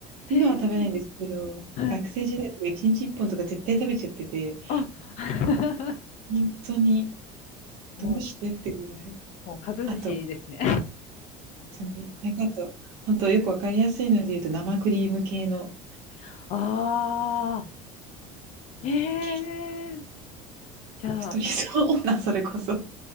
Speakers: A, on the left; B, on the right.
A: へえ、
B: 今は食べないんですけど、
A: はい。
B: 学生時代とか1日1本とか絶対食べちゃってて、
A: あ、<laughs>
B: ほんとに
A: もう、
B: どうしてってぐらい。
A: もう株主ですね。
B: あとちなみに、なんかあと、本当よくわかりやすいので言うと、生クリーム系の
A: <laughs> ああ、へえ、
B: ケーキか
A: じゃあ、
B: な。太りそうな、<laughs> それこそ。